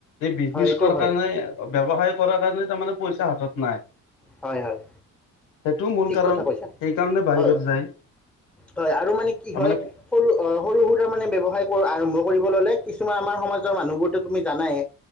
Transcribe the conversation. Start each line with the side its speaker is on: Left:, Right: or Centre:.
Left: এই বিজনেছ
Centre: হয় সেইটো
Left: কৰ
Centre: হয়
Left: কাৰণে ব্যৱসায় কৰাৰ কাৰণে তাৰমানে পইচা হাতত নাই।
Centre: হয় হয়।
Left: সেইটো মূল
Centre: ঠিক
Left: কাৰণ,
Centre: কথা কৈছা
Left: সেইকাৰণে বাহিৰত
Centre: হয়
Left: যায়
Centre: হয় আৰু মানে কি
Left: তাৰমানে
Centre: হয়, সৰু সৰু সুৰা মানে ব্যৱসায় আৰম্ভ কৰিব ল'লে, কিছুমান আমাৰ সমাজৰ মানুহবোৰতো তুমি জানাইে।